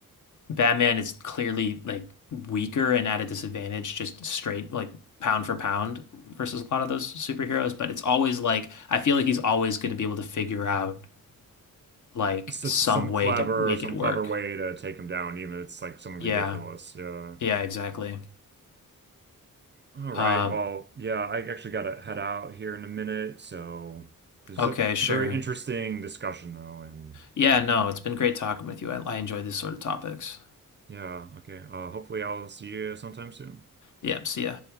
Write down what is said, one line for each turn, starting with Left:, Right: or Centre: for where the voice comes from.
Left: Batman is clearly like weaker and at a disadvantage just straight like pound for pound versus a lot of those superheroes, but it's always like I feel like he's always going to be able to figure out like
Right: It's
Left: some
Right: just some
Left: way
Right: clever,
Left: to make
Right: some
Left: it work.
Right: clever way to take him down, even if it's like something
Left: Yeah.
Right: ridiculous. Yeah.
Left: Yeah, exactly.
Right: All right.
Left: Uh,
Right: Well, yeah, I actually gotta head out here in a minute. So this
Left: okay,
Right: is a
Left: sure.
Right: very interesting discussion though, and
Left: Yeah,
Right: uh,
Left: no,
Right: ho-
Left: it's been great talking with you. I, I enjoy these sort of topics.
Right: yeah, okay. Uh, hopefully I'll see you sometime soon.
Left: Yeah, see ya.